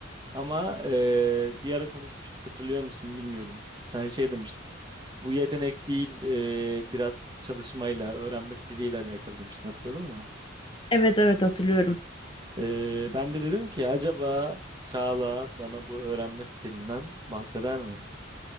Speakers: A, on the right; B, on the left.
A: Ama eee, bir ara konuşmuştuk hatırlıyor musun bilmiyorum. Sen şey demiştin. Bu yetenek değil eee, biraz çalışmayla, öğrenme stiliyle alakalı demiştin hatırladın mı?
B: Evet evet hatırlıyorum.
A: Eee, ben de dedim ki acaba Çağla bana bu öğrenme stilinden bahseder mi?